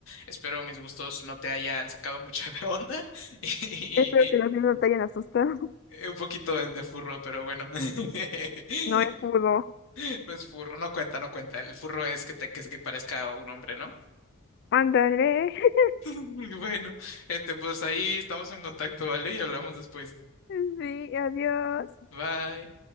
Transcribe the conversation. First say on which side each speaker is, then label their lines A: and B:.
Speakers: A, on the left; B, on the left.
A: Espero mis gustos no te hayan sacado mucho de onda <laughs> y,
B: espero
A: y-
B: que los niños no te hayan asustado.
A: y un poquito de furro, pero bueno. <laughs>
B: No es fútbol.
A: No es furro, no cuenta, no cuenta. El furro es que te que, que parezca un hombre, ¿no?
B: Ándale. <laughs>
A: <laughs> Bueno, este, pues ahí estamos en contacto, ¿vale? Y hablamos después.
B: Sí, adiós.
A: Bye.